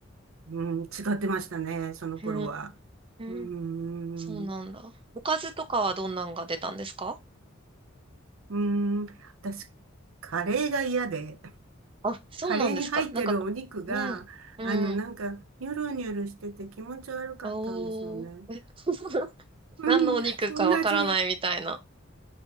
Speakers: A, on the right; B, on the right.
A: うん、違ってましたね、その頃は。
B: う
A: うーん、
B: ーん。そうなんだ。
A: う
B: おかずとかはどんなんが出たんですか
A: ーん、私、カレーが嫌で、
B: あ、そうなんですか。
A: カレーに入ってるお肉が、
B: なんか、うん、うん。
A: あの、なんか、ニュルニュルしてて気持ち悪かったんですよね。
B: おー。え <laughs>
A: うん、
B: 何のお肉かわからないみたいな。
A: そんな味、